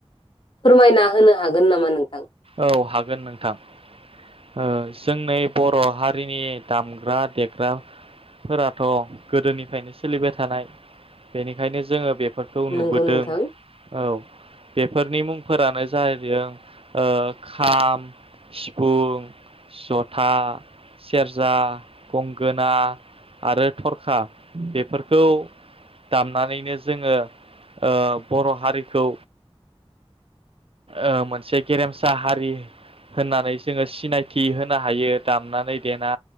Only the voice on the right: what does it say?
औ हागोन नोंथां। ओ जोंनि बर'हारिनि दामग्रा देग्राफोराथ गोदोनिफ्रायनो सोलिबाय थानाय बेनिखायनो जोंङो बे फोरखौ नुबोदों
औ बेफोरनि मुंफोरानो जाहैदों ओ खाम, सिफुं, जथा, सेरजा, गंगोना आरो थरखा बेफोरखौ दामनानैनो जोंङो ओ बर' हारिखौ ओ मोनसे गेरेम सा हारि होननानै जोंङो सिनायथि होनो हायो। दामनानै देना